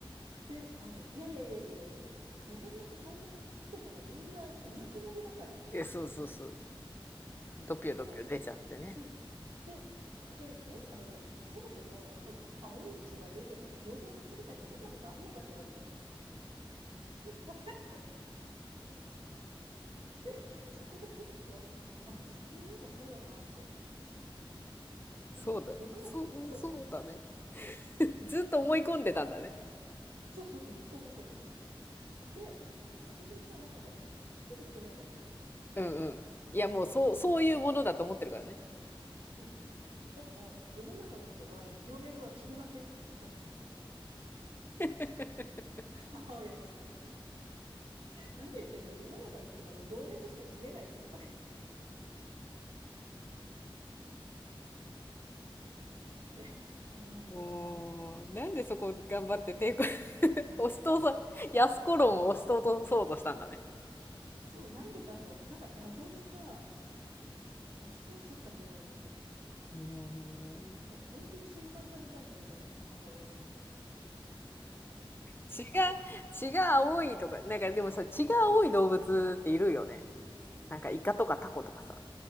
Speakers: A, on the right; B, on the left.
A: で、あの、いやいやいやいやいや、それ、動脈そんなに切ってたらみんなお亡くなりだからって。
B: いや、そうそうそう。ドピョドピョ出ちゃってね。
A: で、そう。で、でね、あの、そもそも、その、青い血が出てる静脈切れた人見たことあんのかって言われたの。<laughs> で、そこでふっと、あ、そういえばそうだなって。
B: そうだ。
A: なんか、世の中の人、
B: そう、そうだね。ずっと思い込んでたんだね。
A: そうそうそう、ずっと思い込んでたの。で、私もさ、なんかほら、引くに引けないじゃん、そこ。
B: うんうん。いや、もうそう、そういうものだと思ってるからね。
A: うん。だから、世の中の人は、静脈は切りませんって言っちゃった。
B: <laughs>
A: <laughs> 母親に。何言ってんの世の中の人はね、動脈しか切れないんだよ。<laughs> とかね。もうさ、
B: もう、なんでそこ頑張って抵抗、<laughs> 押し通そう、安子論を押し通そうとしたんだね。
A: そう、なんでだろう。なんか謎にさ、押し通しちゃったんだよね、私。
B: なるほどね。
A: もう本気で心配されたんだけど、私、母親に。
B: 血が、血が青いとか、なんかでもさ、血が青い動物っているよね。なんかイカとかタコとかさ。